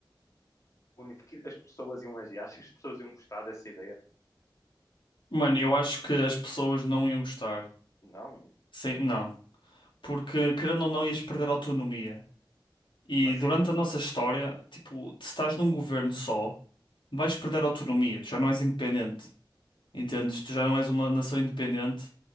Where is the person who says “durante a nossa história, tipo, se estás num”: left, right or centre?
Left